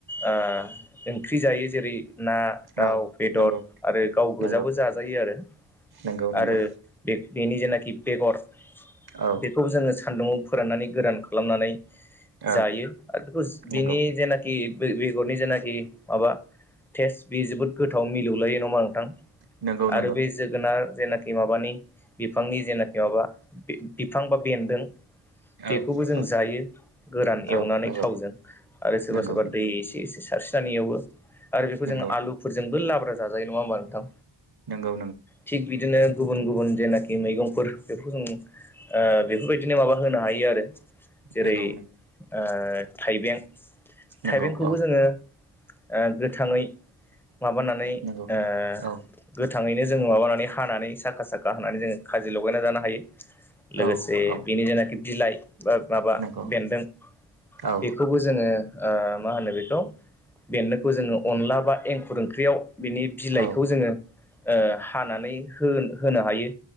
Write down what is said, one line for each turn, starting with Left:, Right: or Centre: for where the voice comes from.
Centre: ओ ओंख्रि जायो जेरै ना दाउ
Right: औ
Centre: बेदर
Right: नंगौ
Centre: आरो गाव गोजाबो
Right: नंगौ
Centre: जाजायो आरो
Right: नंगौ नंगौ
Centre: आरो बेब बेनि जेनाखि बेगर
Right: औ
Centre: बेखौ जोङो सानदुंवाव फोराननानै गोरान खालामनानै
Right: औ
Centre: जायो आरो बेखौ
Right: नंगौ
Centre: बिनि जेनाखि बे-बे-बेगरनि जेनाखि माबा टेस्ट बे जोबोद गोथाव मिलौलायो नमा नोंथां?
Right: नंगौ नंगौ
Centre: आरो बे जोगोनार जेनाखि माबानि बिफांनि जेनाखि माबा बि-बिफां बा बेन्दों बेखौबो
Right: औ
Centre: जों
Right: औ
Centre: जायो गोरान
Right: औ
Centre: एवनानै
Right: नंगौ
Centre: थावजों आरो सोरबा
Right: नंगौ
Centre: सोरबा दै एसे एसे सारसि थानि एवबो आरो बेखौ
Right: नंगौ
Centre: जों आलुफोरजोंबो लाब्रा जाजायो नङा होमबा नोंथां?
Right: नंगौ नंगौ
Centre: थिग बिदिनो गुबुन गुबुन जेनाखि मैगंफोर बेफोरखौ जों ओ बेफोरबायदिनो माबा होनो हायो आरो जेरै
Right: नंगौ नंगौ
Centre: ओ थाइबें
Right: नंगौ
Centre: थाइबेंखौबो
Right: नंगौ औ
Centre: जोङो ओ गोथाङै माबानानै
Right: नंगौ
Centre: ओ
Right: औ
Centre: गो गोथाङैनो जोङो माबानानै हानानै साखा साखा होनानै जोंङो खाजि लगायना जानो हायो। लोगोसे
Right: औ औ
Centre: बेनि जेनाखि बिलाइ माबा
Right: नंगौ
Centre: बेन्दों
Right: औ
Centre: बेखोबो जोङो ओ मा होनो बेखौ बेन्दोखौ जोंङो अनला बा एंखुर ओंख्रियाव बिनि बिलाइखौ
Right: औ
Centre: जोङो ओ हानानै होन होनो हायो।